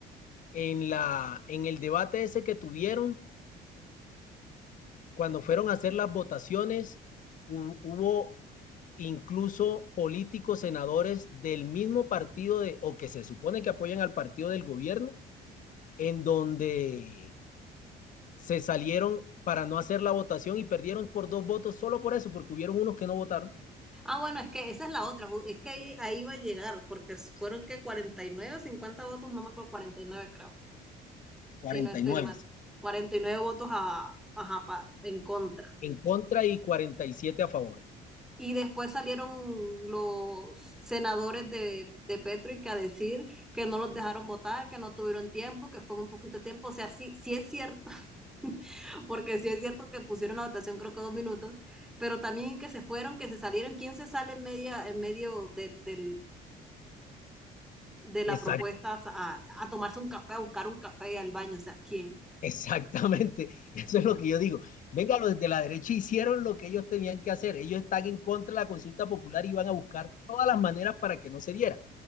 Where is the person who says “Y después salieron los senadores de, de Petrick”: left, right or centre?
Centre